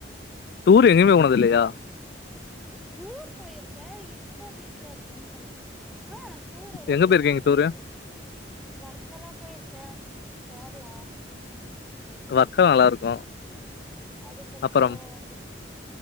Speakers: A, on the left; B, in the centre.
A: டூரு எங்கேமே போனது இல்லையா.
B: டூர் போயிருக்க இப்போ வீட்ல இருக்கன் சொன்னேன். ஆ டூர் எதா
A: எங்க
B: போயிருக்கோம்.
A: போயிருக்கீங்க டூரு
B: வர்க் எல்லாம் போயிருக்கேன் கேரலா.
A: வர்க்கும் நல்லா இருக்கும்.
B: அதுக்கப்புறம்
A: அப்புறம்